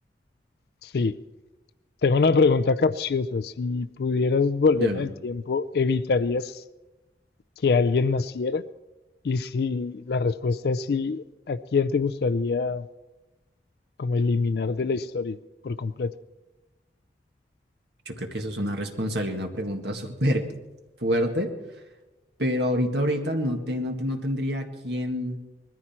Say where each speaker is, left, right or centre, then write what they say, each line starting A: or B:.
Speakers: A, on the left; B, on the right.
A: Sí. Tengo una pregunta capciosa. Si pudieras volver
B: Dímelo.
A: en el tiempo, ¿evitarías que alguien naciera? Y si la respuesta es sí, ¿a quién te gustaría como eliminar de la historia por completo?
B: Yo creo que eso es una responsabilidad, una pregunta <laughs> súper fuerte, pero ahorita, ahorita no, te, no, te- no tendría quién,